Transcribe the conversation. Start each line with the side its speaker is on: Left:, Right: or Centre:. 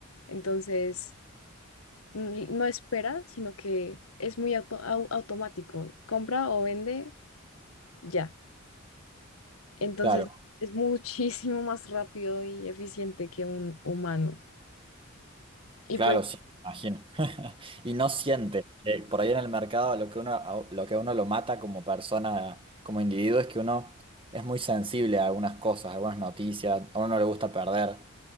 Left: Entonces, n- no espera, sino que es muy auto- au- automático. Compra o vende, ya. Entonces
Right: Claro,
Left: es muchísimo más rápido y eficiente que un humano. Y
Right: claro,
Left: pues
Right: sí, me imagino. <laughs> Y no siente que por ahí en el mercado lo que uno, a- lo que a uno lo mata como persona, como individuo, es que uno es muy sensible a algunas cosas, a algunas noticias, a uno no le gusta perder.